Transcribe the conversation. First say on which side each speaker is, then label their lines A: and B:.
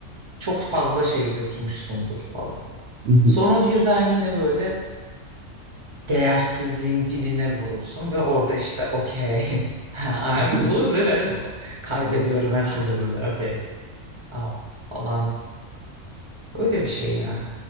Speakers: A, on the right (about 25°); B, on the right (about 65°).
A: çok fazla şey yutmuşsundur falan.
B: hı hı,
A: Sonra birden yine böyle değersizliğin dibine vurursun ve orada işte okey. <laughs> I'm
B: hı hı.
A: losing it. Kaybediyorum herhalde burada. Okey. Ah, falan Öyle bir şey yani.